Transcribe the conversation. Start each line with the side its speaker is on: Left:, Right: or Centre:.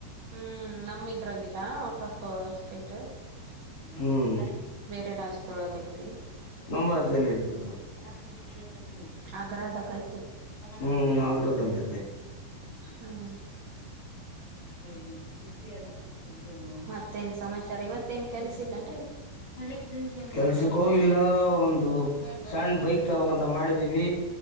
Right: ಹ್ಮ್ ನಮ್ಮ ಇದ್ರಾಗಿಲ್ಲ ಔಟ್ ಆಫ್ ಸ್ಟೇಟ್
Left: ಹ್ಮ್
Right: ಬೇರೆ ರಾಜ್ಯದೊಳಗೆ ಅಯ್ತಿ
Left: ನಮ್ಮ ರಾಜ್ಯದಲ್ಲಿ ಇತ್ತ ಅದು
Right: ಅಗ್ರದಾಗ್ ಅಯ್ತಿ
Left: ಹ್ಮ್ ಅಗರ ದಲ್ಲಿ ಇದೆ
Right: ಹ್ಮ್
Left: <unintelligible>
Right: ಮತ್ತೇನ್ ಸಮಾಚಾರ ಇವತ್ತೇನ್ ಕೆಲ್ಸ ಇಲ್ಲನ್ರಿ
Left: ಕೆಲ್ಸಕ್ ಹೋಗಿಲ್ಲ ಒಂದು ಸಣ್ಣ ಬೈಕ್ ತಾಕಬೇಕಂತ ಮಾಡಿದೀವಿ